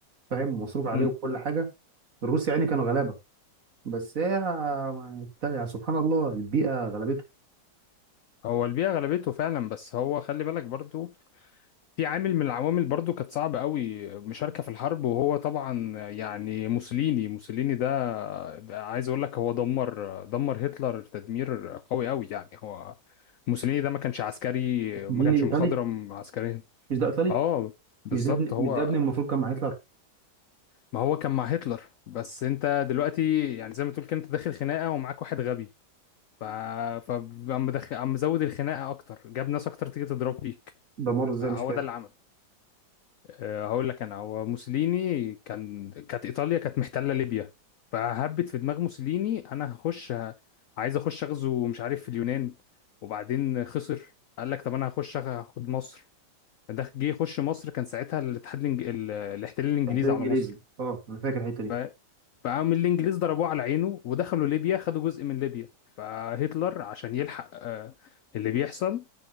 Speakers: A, on the right (about 50°); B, on the left (about 65°).
A: فاهم ومصروف عليه
B: امم
A: وكل حاجه الروس يعني كانوا غلابه بس هي يعني سبحان الله البيئه غلبته
B: هو البيئة غلبته فعلا بس هو خلي بالك برضو في عامل من العوامل برضو كانت صعبة قوي مشاركة في الحرب وهو طبعا يعني موسوليني موسوليني ده, ده عايز اقول لك هو دمر دمر هتلر تدمير قوي قوي يعني هو موسوليني ده ما كانش عسكري
A: مين
B: ما كانش
A: الايطالي
B: مخضرم عسكريا
A: مش ده ايطالي
B: اه بالظبط
A: مش ده ابن
B: هو
A: مش ده ابن المفروض كان مع هتلر
B: ما هو كان مع هتلر بس انت دلوقتي يعني زي ما تقول كده انت داخل خناقة ومعاك واحد غبي ف فعم مدخل عم مزود الخناقه اكتر جاب ناس اكتر تيجي تضرب فيك
A: دمره ازاي
B: هو
A: مش فاكر
B: ده اللي عمل أه هقول لك انا هو موسوليني كان كانت ايطاليا كانت محتله ليبيا فهبت في دماغ موسوليني انا هخش ه- عايز اخش اغزو مش عارف في اليونان وبعدين خسر قال لك طب انا هخش أخ- هاخد مصر ده جه يخش مصر كان ساعتها الاتحاد الإنج... ال- الاحتلال الانجليزي
A: تحت انجليزي
B: على مصر
A: اه انا فاكر الحته دي
B: ف... فقام الانجليز ضربوه على عينه ودخلوا ليبيا خدوا جزء من ليبيا فهتلر عشان يلحق آه، اللي بيحصل